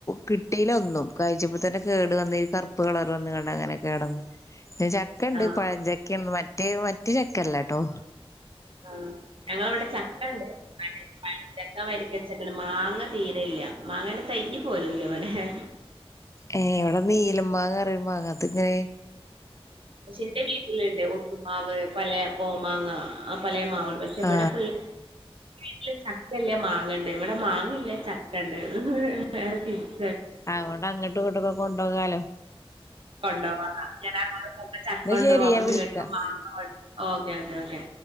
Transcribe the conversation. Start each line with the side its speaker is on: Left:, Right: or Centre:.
Left: കിട്ടീല ഒന്നും കാഴിച്ചപ്പോ തന്നെ കേട് വന്ന കറുപ്പ് കളർ വന്ന്കാണ്ട് അങ്ങനെ കേടന്ന് ചക്ക ഉണ്ട്
Right: ആഹ്
Left: പഴഞ്ചക്കണ്ട് മറ്റേ മറ്റ ചക്കല്ല ട്ടോ
Right: ആ ഞങ്ങളവിടെ ചക്കണ്ട് പഴചക്ക വരിക്കച്ചക്ക മാങ്ങ തീരല്ല മാങ്ങനെ തയ്യ് പോലൂല്ല ഇവിടെ ഹേ
Left: ഏ എവിടെ നീലമാങ്ങ പറയണേ മാങ്ങ അത്ങ്ങനെ
Right: പഷെ ന്റെ വീട്ടിലുണ്ട് ഒട്ടുമാവ് പല കോമാങ്ങ ആ പല പക്ഷെ ഇവിടെ
Left: ആ
Right: ഫുള് ഇല്ല ചക്കല്ല മാങ്ങണ്ട് ഇവിടെ മാങ്ങ ഇല്ല ചക്ക ഉണ്ട് ഹ് നേരെ തിരിച്ച്
Left: അതുകൊണ്ട് അങ്ങോട്ട് ഇങ്ങോട്ടും ക്കൊക്കെ കൊണ്ടോകാലോ
Right: കൊണ്ടോവാ ഞാൻ അങ്ങോട്ട് പോകുമ്പോ ചക്ക
Left: എന്നാ
Right: കൊണ്ടോവും
Left: ശരി
Right: അവിടന്ന്
Left: ഞാൻ വിളിക്കാം
Right: ഇങ്ങട്ട് മാങ്ങ കോ ഓകെ ഓകെ ഓക്കേ